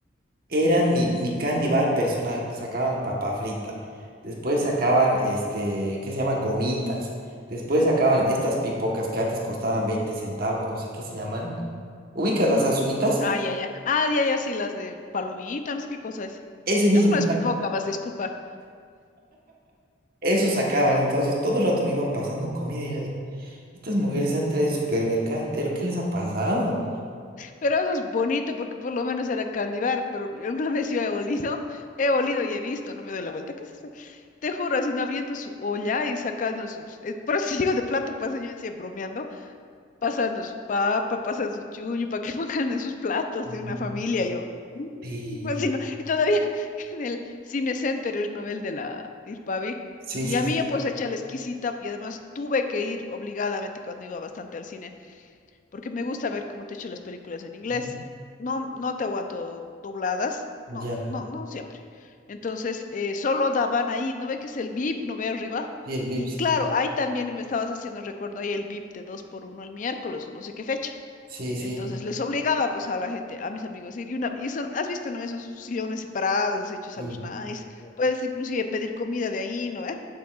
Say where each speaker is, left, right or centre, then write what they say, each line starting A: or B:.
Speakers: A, on the right; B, on the left.
A: eran mi, mi candy bar personal. Sacaban papa frita. Después sacaban, este, ¿qué se llama? Gomitas. Después sacaban estas pipocas que antes costaban 20 centavos, no sé qué se llaman. ¿Ubicas las azulitas?
B: Ah, ya, ya. Ah, ya, ya, sí, las de palomita, no sé qué cosa es.
A: Ese mismo,
B: Eso no es
A: sa-
B: pipoca, vas a disculpar.
A: eso sacaban. Entonces, todo el rato me iban pasando comida y era de, estas mujeres han traído el supermercado entero, ¿qué les ha pasado?
B: Pero eso es bonito porque por lo menos era candibar, pero alguna vez yo he olido, he olido y he visto, no me doy la vuelta, ¿qué es eso? Te juro, así no abriendo su olla y sacando sus, eh, por eso digo de plato paseño, decía bromeando, pasando su papa, pasando su chuño, para que <laughs> pongan en sus platos
A: Ujú.
B: de una familia, yo, "Mm",
A: Sí,
B: así no, y todavía <laughs> en el Cine Center es novel de la Irpavi,
A: sí,
B: y
A: sí,
B: a
A: sí,
B: mí yo pues eché la exquisita, y además tuve que ir obligadamente cuando iba bastante al cine porque me gusta ver, como te he dicho, las películas en inglés.
A: Ujú.
B: No, no te aguanto dobladas,
A: ya,
B: no, no, no Ya. siempre. Entonces, eh, solo daban ahí, ¿no ve que es el VIP? ¿No ve arriba?
A: sí, el VIP,
B: Y
A: sí,
B: claro,
A: sí,
B: ahí también me estabas haciendo recuerdo ahí el VIP de 2 por uno el miércoles o no sé qué fecha.
A: sí, sí, sí,
B: Entonces les obligaba pues a la gente, a mis amigos, ir y una, y son, has visto, ¿no? Esos sillones separados, hechos
A: y-
B: a los nice, puedes inclusive pedir comida de ahí, ¿no ve?